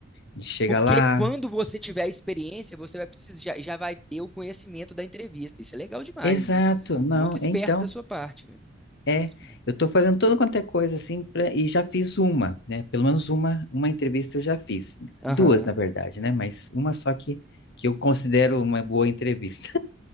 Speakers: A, on the left (about 60°); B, in the centre.
A: De chegar
B: Porque
A: lá.
B: quando você tiver a experiência, você vai precisar, já, já vai ter o conhecimento da entrevista. Isso é legal demais,
A: Exato,
B: muito,
A: não,
B: muito esperto
A: é então,
B: da sua parte, velho. Muito
A: é.
B: esperto.
A: Eu tô fazendo toda quanto é coisa assim pra- e já fiz uma, né? Pelo menos uma, uma entrevista eu já fiz.
B: Aham.
A: Duas, na verdade, né? Mas uma só que, que eu considero uma boa entrevista.